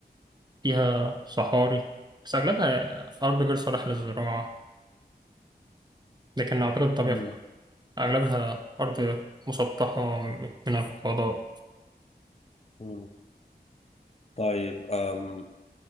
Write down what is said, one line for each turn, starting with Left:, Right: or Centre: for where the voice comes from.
Right: فيها صحاري بس أغلبها أرض غير صالحة للزراعة لكن أعتقد الطبيعة
Left: مم.
Right: فيها. أغلبها أرض مسطحة من الفضاء
Left: مم. طيب أم...